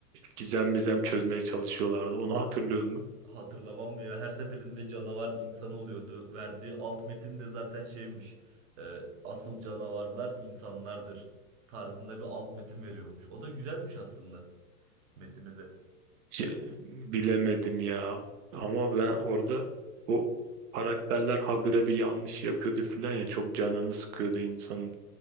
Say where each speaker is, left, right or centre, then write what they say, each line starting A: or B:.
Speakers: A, on the right; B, on the right.
A: Gizem mizem çözmeye çalışıyorlardı. Onu hatırlıyor musun?
B: Hatırlamam mı ya? Her seferinde canavar insan oluyordu. Verdiği alt metin de zaten şeymiş. e, asıl canavarlar insanlardır tarzında bir alt metin veriyormuş. O da güzelmiş aslında metini de.
A: Şey, bilemedim ya. Ama ben orada o karakterler habire bir yanlış yapıyordu falan ya. Çok canını sıkıyordu insanın.